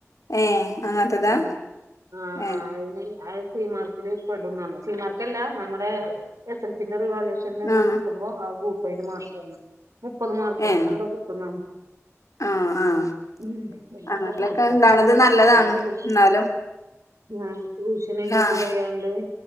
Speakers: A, on the left; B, on the right.
A: ഏഹ് അങ്ങനത്തതാ
B: മ് ആഹ്
A: ഏഹ്
B: അയന് അ സി മാർക്കില് പെടും പറഞ് സിമാർക്കല്ല നമ്മുടെ എസ് എൽ സിന്റെ റിവ ഷനൊക്കെ
A: ആഹ്
B: കൂട്ടുമ്പോ ആ കൂട്ടുമയ്ന്റെമാർക്ക് മുപ്പത് മാർക്കൊ
A: ഏഹ്
B: അങ്ങനെ എന്താ കിട്ടും പറഞ്
A: ആഹ് ആഹ്
B: ഉം പിന്നെക്ക
A: അങ്ങനത്തെലൊക്കെ
B: കാണക്കാ
A: ഇണ്ടാവണത്
B: <unintelligible>
A: നല്ലതാണ് എന്നാലും
B: ആഹ് ട്യൂഷനൊക്കെ
A: ആഹ്
B: പോയാണ്ട്